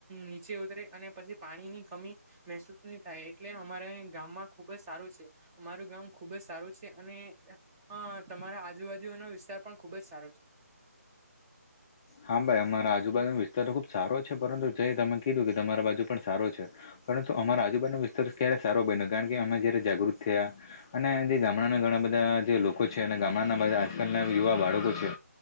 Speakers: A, on the right (about 15°); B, on the left (about 15°).
A: નીચે ઉતરે અને પછી પાણીની કમી મહેસૂસ ની થાય એટલે અમારે ગામમાં ખુબ જ સારું છે. મારું ગામ ખુબ જ સારું છે અને હં તમારા આજુબાજુઓનો વિસ્તાર પણ ખુબ જ સારો છે.
B: હા ભાઈ અમારા આજુબાજુનો વિસ્તાર ખુબ સારો છે પરંતુ જય તમે કીધું કે તમારા બાજુ પણ સારો છે. પરંતુ અમારા આજુબાજુનો વિસ્તાર ક્યારે સારો બયનો કારણ કે અમે જયારે જાગૃત થયા અને જે ગામડાના ઘણા બધા જે લોકો છે અને ગામડાના બધા આજકાલના યુવા બાળકો છે.